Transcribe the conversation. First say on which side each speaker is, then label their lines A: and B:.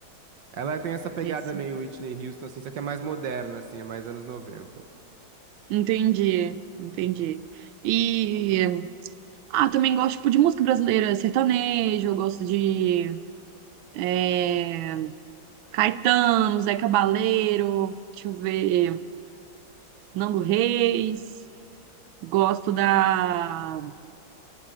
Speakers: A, on the right; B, on the right.
A: Ela tem essa pegada
B: Esse.
A: meio Whitney Houston, assim, só que é mais moderna, assim, é mais anos noventa
B: Entendi, entendi. E ah, também gosto tipo, de música brasileira, sertanejo, eu gosto de é, Caetano, Zé Cabaleiro, deixa eu ver, Nando Reis, gosto da